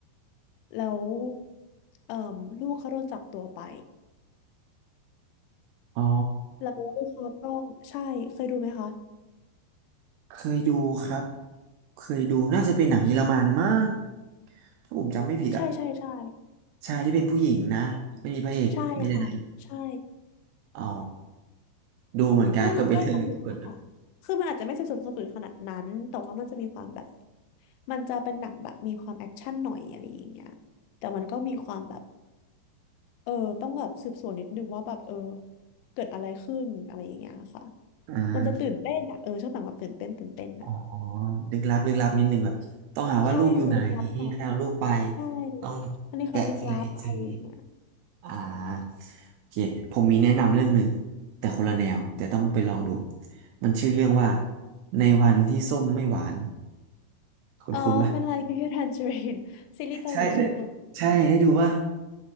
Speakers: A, on the left; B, on the right.
A: แล้วเอ่มลูกเขาโดนจับตัวไป
B: อ๋อ
A: แล้วเขาต้องใช่เคยดูไหมคะ
B: เคยดูครับเคยดูน่าจะเป็นหนังเยอรมันมั้งถ้าผมจำไม่ผิดอะ
A: ใช่ใช่ใช่
B: ใชายที่เป็นผู้หญิงนะไม่มีพระเอกมีแต่นางเอก
A: ใช่ค่ะใช่
B: อ๋อดูเหมือนกันก็เป็นเรื่องหนึ่งที่ควรดู
A: เรื่องนั้นก็สนุกนะคะคือมันอาจจะไม่สืบสวนสอบสวนขนาดนั้นแต่ว่ามันจะมีความแบบมันจะเป็นหนังแบบมีความแอคชั่นหน่อยอะไรอย่างเงี้ยแต่มันก็มีความแบบเออต้องแบบสืบสวนนิดนึงว่าแบบเออเกิดอะไรขึ้นอะไรอย่างเงี้ยค่ะ
B: อ่า
A: มันจะตื่นเต้นอ่ะเออชอบหนังแบบตื่นเต้นตื่นเต้นอ่ะ
B: อ๋อลึกลับลึกลับนิดนึงแบบต้องหาว่าลูกอยู่ไหน
A: ใช่มีความลึกลับหน่อย
B: ใครเอาลูกไป
A: ใช่
B: ต้อง
A: อันนี้ความลึกลับอะไรอย่างเงี้ย
B: แกะทีละนิดทีละนิดอ่าโอเคผมมีแนะนำเรื่องหนึ่งแต่คนละแนวแต่ต้องไปลองดูมันชื่อเรื่องว่าในวันที่ส้มไม่หวาน คุณคุณว่า
A: เออเป็นไรคิวคิวทันจริน <laughs> ซีรีส์เกาหลีใช่ไหมคะ
B: ใช่ได้ใช่ได้ดูว่า